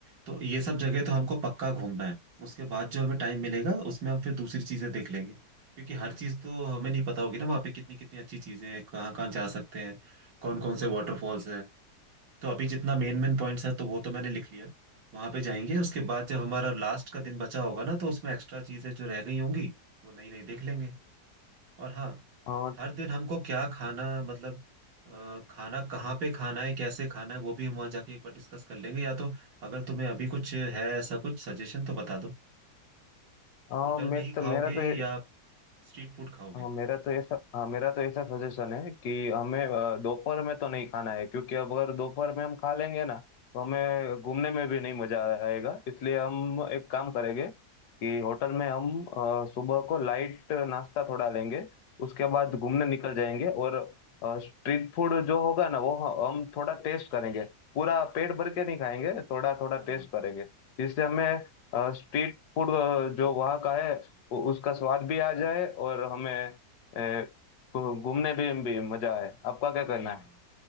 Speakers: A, on the right; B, on the left.
A: तो ये सब जगह तो हमको पक्का घूमना है उसके बाद जो हमें टाइम मिलेगा उसमें हम फिर दूसरी चीजें देख लेंगे क्योंकि हर चीज तो हमें नहीं पता होगी ना वहाँ पे कितनी कितनी अच्छी चीजें हैं कहाँ कहाँ जा सकते हैं कौन कौन से वाटरफॉल्स हैं तो अभी जितना मेन मेन पॉइंट्स है तो वो तो मैंने लिख लिया वहां पे जाएंगे उसके बाद जब हमारा लास्ट का दिन बचा होगा ना तो उसमें एक्स्ट्रा चीजें जो रह गई होंगी वो नई नई देख लेंगे और हाँ
B: और
A: हर दिन हमको क्या खाना मतलब अ, खाना कहाँ पे खाना है कैसे खाना है वो भी हम वहाँ जाके एक बार डिस्कस कर लेंगे या तो अगर तुम्हें अभी कुछ है ऐसा कुछ सजेशन तो बता दो
B: अ,
A: होटल
B: मैं
A: में ही खाओगे
B: तो मेरा तो
A: या स्ट्रीट फूड खाओगे
B: हाँ मेरा तो ऐसा हाँ मेरा तो ऐसा सजेशन है कि हमें अ, दोपहर में तो नहीं खाना है क्योंकि अब अगर दोपहर में हम खा लेंगे ना तो हमें
A: हम्म,
B: घूमने में भी नहीं मजा आएगा इसलिए हम
A: हम्म,
B: एक काम करेंगे कि होटल में हम अ, सुबह को लाइट नाश्ता थोड़ा लेंगे उसके
A: हाँ
B: बाद घूमने निकल जाएंगे और स्ट्रीट फूड जो होगा ना वो ह- हम थोड़ा टेस्ट करेंगे पूरा पेट
A: अच्छा
B: भर के नहीं खाएंगे थोड़ा थोड़ा
A: हाँ
B: टेस्ट
A: हाँ
B: करेंगे जिससे हमें स्ट्रीट फूड जो वहाँ का है उ- उसका स्वाद भी आ जाए और हमें ए, घू- घूमने भी, भी मजा आए आपका क्या कहना
A: हाँ
B: है